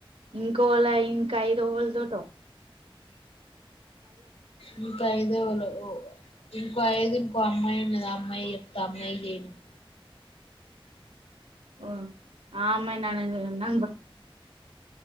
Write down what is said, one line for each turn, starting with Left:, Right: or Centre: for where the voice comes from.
Right: ఇంకోలై ఇంక ఐదు ఓవల్తోటో
Left: ఇంక ఐదు ఏవలోరో ఇంకో ఐదు ఇంకో అమ్మాయి ఉన్నది ఆ అమ్మాయికి చెప్తా అమ్మాయికి చేయునువ్
Right: హ్మ్ ఆ అమ్మాయి నానేనా నాన్ బర్